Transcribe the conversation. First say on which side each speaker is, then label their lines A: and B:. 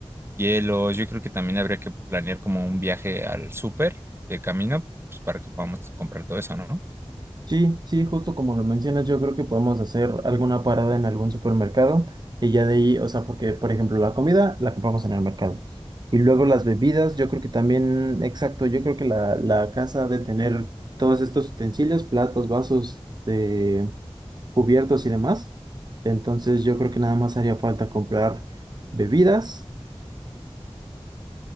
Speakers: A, on the right; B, on the right.
A: hielos, yo creo que también habría que planear como un viaje al súper de camino, pues para que podamos comprar todo eso, ¿no?
B: Sí, sí, justo como lo mencionas, yo creo que podemos hacer alguna parada en algún supermercado y ya de ahí, o sea, porque por ejemplo la comida la compramos en el mercado y luego las bebidas, yo creo que también, exacto, yo creo que la, la casa ha de tener todos estos utensilios, platos, vasos, de cubiertos y demás. Entonces yo creo que nada más haría falta comprar bebidas